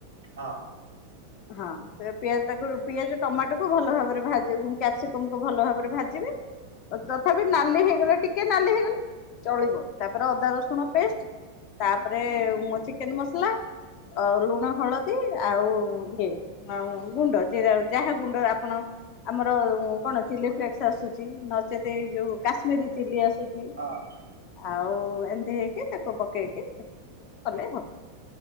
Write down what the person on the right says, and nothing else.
ହଁ।
ହଁ ହଁ